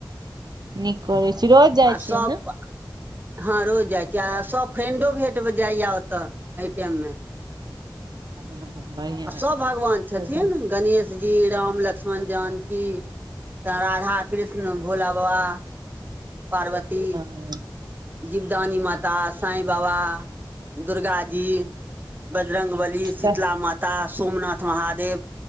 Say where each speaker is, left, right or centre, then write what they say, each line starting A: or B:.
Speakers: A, on the right; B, on the right.
A: नीक करै छी रोज जाइ
B: आ
A: छियै
B: सभ
A: ने?
B: हँ रोज जाइत छी आ सभ फ्रेंडो भेट-भ जाइए ओतऽ ऐ टाइम में।
A: हँ बढ़िआँ
B: आ सभ
A: ऐ,
B: भगवान छथिन
A: पैसा
B: गणेश जी, राम- लक्ष्मण-जानकी तऽ राधा- कृष्ण, भोला बबा। पार्वती
A: हुँ।
B: जिवदानी माता, साईं बावा, दुर्गााजी बजरङ्गबली, शीतला
A: सब
B: माता, सोमनाथ महादेव